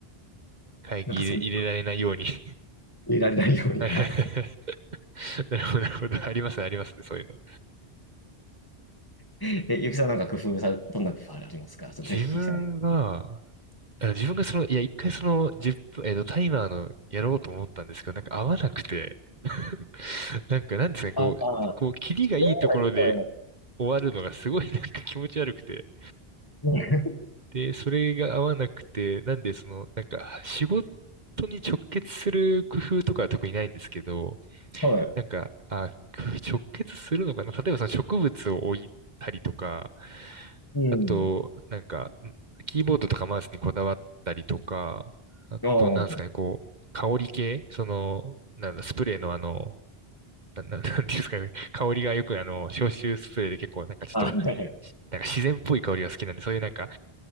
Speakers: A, on the right; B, on the left.
A: 会議入れ、
B: なんか、その、
A: 入れられないように。<laughs>
B: 入れられないように、
A: はいはいはいはい
B: はい。
A: なるほど、なるほど。ありますね、ありますね、そういうの。
B: え、ゆきさんなんか工夫さ、どんな工夫ありますかちょっとぜひ聞きたい。
A: 自分が、あ自分がその、いや、一回その、1分、えっと、タイマーのやろうと思ったんですけど、なんか合わなくて、<laughs> なんか、なんですかね、こう、
B: ああ、
A: こう、キリがいいところで
B: 夜はいろいと思います。
A: 終わるのがすごいなんか気持ち悪くて、
B: うん。<laughs>
A: で、それが合わなくて、なんでその、なんか仕事に直結する工夫とかは特にないんですけど、
B: はい。
A: なんか、あ、直結するのかな例えばその植物を置いたりとか、
B: うん。
A: あと、なんか、キーボードとかマウスにこだわったりとか、あと、
B: お
A: なんですかね、
B: ー、
A: こう、香り系その、なんだ、スプレーのあの、な、な、なんていうんですかね、香りがよくあの、消臭スプレーで結構なんかちょっと、
B: はい。<laughs>
A: なんか自然っぽい香りが好きなんで、そういうなんか、